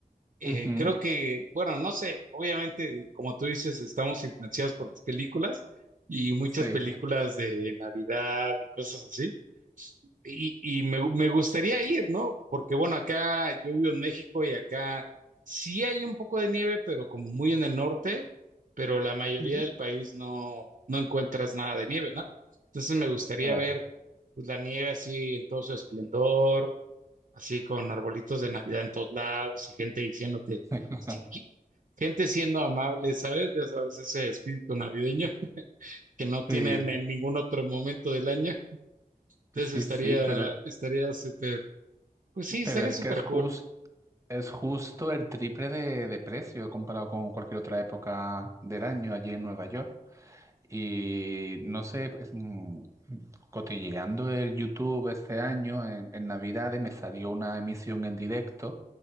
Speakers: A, on the right; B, on the right.
A: Eh,
B: Ujú,
A: creo que, bueno, no sé, obviamente, como tú dices, estamos influenciados por las películas y muchas
B: sí,
A: películas de Navidad y cosas así. y, y me, me gustaría ir, ¿no? Porque bueno, acá yo vivo en México y acá sí hay un poco de nieve, pero como muy en el norte, pero la mayoría
B: Ujú.
A: del país no, no encuentras nada de nieve, ¿no? Entonces me gustaría
B: claro.
A: ver pues, la nieve así en todo su esplendor, así con arbolitos de Navidad en todos lados y gente diciéndote,
B: <laughs>
A: sí, qui- gente siendo amable, ¿sabes? Ya sabes, ese espíritu navideño <laughs> que no tienen
B: Sí,
A: en ningún otro momento del año. Entonces
B: sí,
A: estaría,
B: sí, pero,
A: estaría súper pues sí,
B: pero
A: estaría
B: es
A: súper
B: que es jus-
A: cool.
B: es justo el triple de, de precio comparado con cualquier otra época del año allí en Nueva York. Y no sé, pues, mm, cotilleando el YouTube este año en, en Navidades me salió una emisión en directo